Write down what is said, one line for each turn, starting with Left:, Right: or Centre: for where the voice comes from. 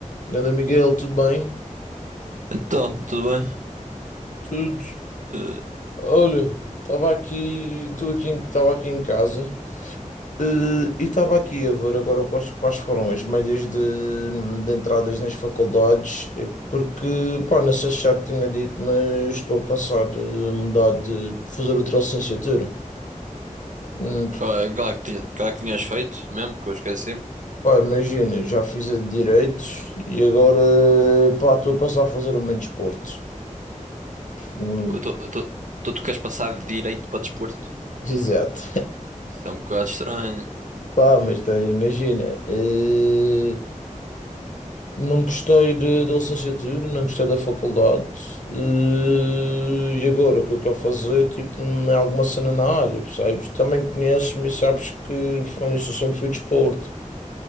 Left: Ganda Miguel, tudo bem?
Right: Então, tudo bem?
Left: Tudo.
Right: Eh,
Left: Olha, estava aqui, estou aqui, estava aqui em casa, eh, e estava aqui a ver agora quais, quais foram as médias de, de entradas nas faculdades, eh, porque, pá, não sei se já te tinha dito, mas estou a pensar eh, mudar de fazer outra licenciatura. Hum,
Right: qual é, qual é que tinha- qual é que tinhas feito mesmo? Que eu esqueci.
Left: Pá, imagina, já fiz a de direitos e agora, pá, estou a pensar a fazer uma em desporto. Hum,
Right: Então tu, tu, tu- tu queres passar de direito para desporto?
Left: Exato.
Right: Isso é um bocado estranho.
Left: <laughs> Pá, mas tá, imagina. eh, Não gostei de- da licenciatura, não gostei da faculdade, eh, e agora o que eu quero fazer, tipo, é alguma cena na área, percebes? Também conheces-me e sabes que foi isso, eu sempre fui de esporte.